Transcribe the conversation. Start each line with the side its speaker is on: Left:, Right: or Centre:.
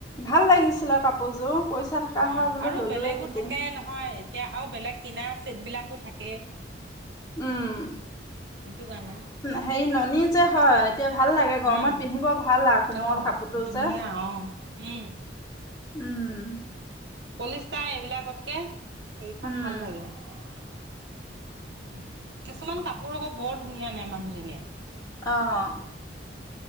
Left: ভাল লাগিছিলে কাপোৰযোৰ। পইচা থকা
Right: অ
Left: হয় বোলো
Right: আৰু
Left: ললোৱেহেঁতেন
Right: বেলেগো থাকে নহয়। এতিয়া আৰু বেলেগ কিনা চেট বিলাকো থাকে।
Left: উম
Right: সেইটো কাৰণে
Left: হে ননী যে হয় এতিয়া। ভাল লাগে গৰমত
Right: উম,
Left: পিন্ধিব ভাল আৰু কোমল
Right: অ'
Left: কাপোৰটো
Right: ধুনীয়া
Left: যে
Right: অ' উম,
Left: উম।
Right: পলিষ্টা এইবিলাকতকে। সেইখন
Left: উম
Right: ভাল লাগে। <unintelligible> কিছুমান কাপোৰ আকৌ বৰ। ধুনীয়া নাই মানুহজনীয়ে।
Left: অহ।